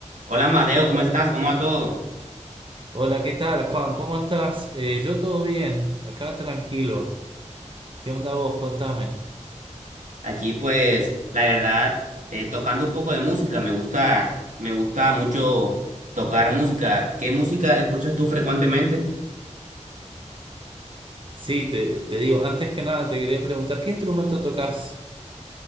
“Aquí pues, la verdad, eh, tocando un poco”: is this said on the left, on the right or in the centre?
Right